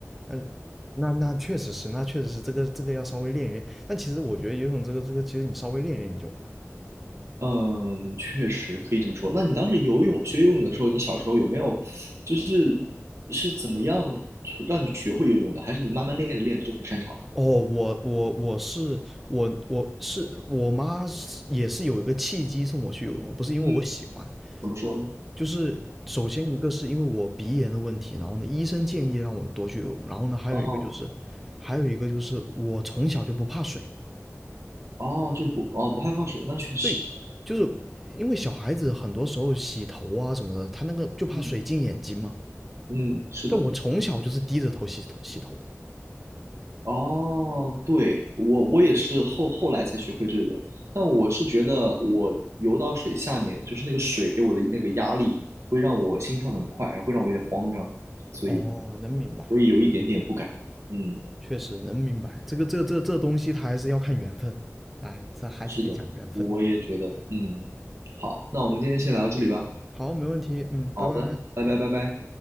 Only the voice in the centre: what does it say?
嗯，那那确实是，那确实是这个这个要稍微练一练。但其实我觉得游泳这个这个，其实你稍微练一练你就会。
哦，我我我是我我是我妈是也是有一个契机送我去游泳的，不是因为我喜欢，
就是首先一个是因为我鼻炎的问题，然后呢，医生建议让我多去游泳，然后呢，还有一个就是，
还有一个就是我从小就不怕水，
对，就是因为小孩子很多时候洗头啊什么的，他那个就怕水进眼睛嘛，
但我从小就是低着头洗头洗头的。
哦，能明白，
确实能明白，这个这这这东西它还是要看缘分，哎，这还是得讲缘分。
好，没问题，嗯，
拜拜。